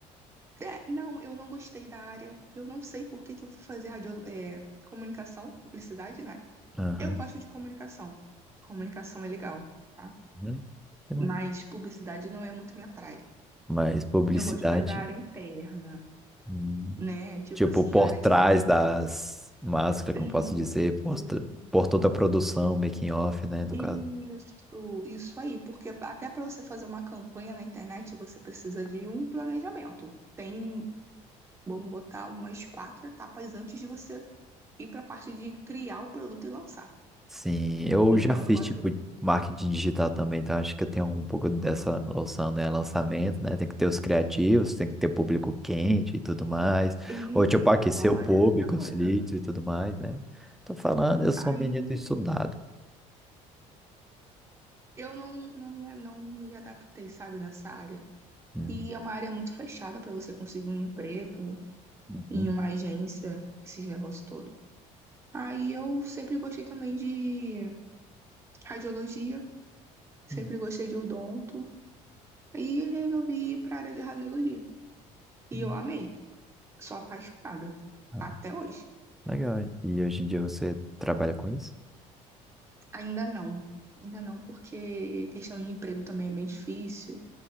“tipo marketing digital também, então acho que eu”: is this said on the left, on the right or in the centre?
Centre